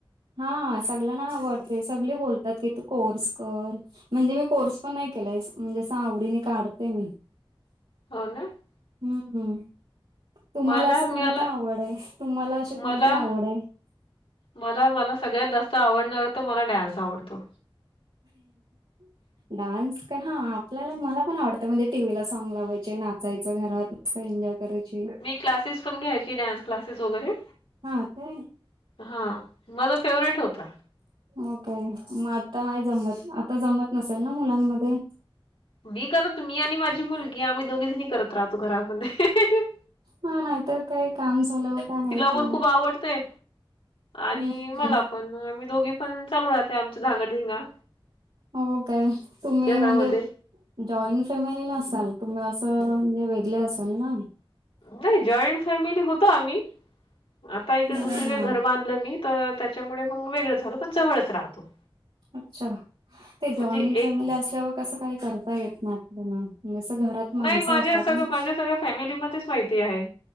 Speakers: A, on the right; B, on the left.
A: हा स ना आवडते सगळे बोलतात की तू कोर्स कर म्हणजे मी कोर्स पण नाही केलाय म्हणजे आवडीने काढते मी
B: हो ना <unintelligible>
A: हम्म तुम्हाला
B: मला
A: असं कोणता
B: मला
A: आवड आहे तुम्हाला अशी
B: मला
A: कोणती आवड आहे <unintelligible>
B: मला मला सगळ्यात जास्त आवडणार तर मला डान्स आवडतो
A: डान्स का हा आपल्याला मला पण आवडतं म्हणजे टीव्ही ला सॉग लावायचे नाचायचं घरात मस्त एन्जॉय करायचे.
B: ती क्लासेस पण घ्यायची डान्स क्लासेस वगैरे
A: हा ते
B: हा माझा फेवरेट होता
A: हो काय मग आता नाही जमत आता जमत नसेल ना मुलांमध्ये.
B: मी करत मी आणि माझी मुलगी आम्ही दोघीजनी करत राहतो घरामध्ये हेहेहे हे.
A: हा नाहीतर काही काम झालं. काय
B: तिला
A: आहे काम
B: पण खूप आवडतय.... आणि
A: हम्म
B: मला पण. पण मग आम्ही दोघी पण चालू राहते आमच धागड धिंगा.
A: हो काय तुम्ही
B: घरामध्ये.
A: म्हणजे.... जॉईंट फॅमिली नसााल तुम्ही असं म्हणजे वेगले असेल ना.
B: नाही जॉईंट फॅमिली होतो आम्ही आता इकडे
A: हा
B: दुसर कड घर बांधलं मी. तर त्याच्यामुळे मग वेगळं झाल पण जवळच राहतो.
A: अच्छा, ते जॉईंट
B: म्हणजे एक
A: फॅमिली असल्यावर कसं काही करता येत नाही आपल्याला. घरात... माणसं
B: मी माझ्या
A: असतात
B: सगळ्या
A: ना
B: माझ्या सगळ्या फॅमिली मध्येच माहिती आहे.